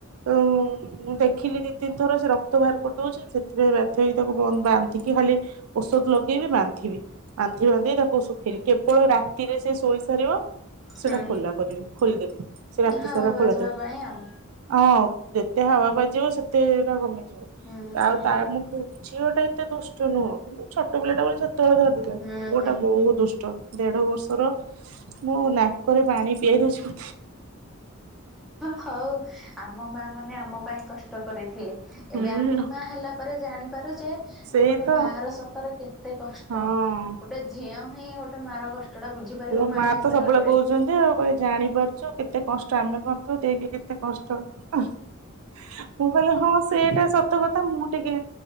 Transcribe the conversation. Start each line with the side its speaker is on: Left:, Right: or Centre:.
Right: ଉଁ ମୁଁ ଦେଖିଲି ଦି ତିନିଥର ସେ ରକ୍ତ ବାହାର କରିଦୋଉଚି ସେଥିପାଇଁ ବାଧ୍ୟ ହେଇକି ତାକୁ ବାନ୍ଧିକି ଖାଲି ଔଷଧ ଲଗେଇବି ବାନ୍ଧିବି ବାନ୍ଧି ବାନ୍ଧି ତାକୁ ସୁ କେବଳ ରାତିରେ ସେ ଶୋଇ ସାରିବ ସେଟା
Centre: ହୁଁ
Right: ଖୋଲା କରିବି ଖୋଲିଦେବି। ସେ ରାତିସାରା
Centre: ହାୱା
Right: ଖୋଲା
Centre: ବାଜିବା
Right: ଥାଉ
Centre: ପାଇଁ ଆଉ
Right: ହଁ ଯେତେ ହାୱା ବାଜିବ ସେ ତେ ଏଟା କମିଯିବ
Centre: ହୁଁ
Right: ଆଉ
Centre: ହୁଁ।
Right: ତା ମୁଁ ଝିଅ ଟା ଏତେ ଦୁଷ୍ କଁ ନୁହଁ ଛୋଟ ପିଲାଟା ବୋଲି ସେତେବେଳେ ଧରିବେ
Centre: ହୁଁ
Right: ପୁଅଟାଟା
Centre: ହୁଁ।
Right: ବୋହୁତ୍ ଦୁ କଁ ଦେଢ ବର୍ଷର ମୋଁ ନାକରେ ପାଣି ପିଆଇ ଦେଉଚି।
Centre: ହୋଉ ଆମ ମା ମାନେ ଆମ ପାଇଁ କଷ୍ଟ କରିଥିଲେ।
Right: ହୁଁ।
Centre: ଏବେ ଆମେ ମା ହେଲା ପରେ ଜାଣିପାରୁ ଯେ
Right: ସେଇ
Centre: ଯେ ଗୋଟେ
Right: ତ
Centre: ମାଆର ସତରେ କେତେ କଷ୍ଟ
Right: ହଁ।
Centre: ଗୋଟେ ଝିଅ ହିଁ ଗୋଟେ ମାଆର କଷ୍ଟଟା ବୁଝିପାରିବ
Right: ମୋ
Centre: ମାଆ
Right: ମା
Centre: ହେଇସାରିଲା
Right: ତ ସବୁବେଳେ
Centre: ପରେ।
Right: ଆଉ ଜାଣିପାରୁଚୁ କେତେ କଷ୍ଟ ଆମେ କଁ ଦେଇକି କେତେ କଷ୍ଟ, ମୁଁ କହିଲି ହଁ ସେଇଟା ସ ତ କଥା ମୁଁ ଟିକେ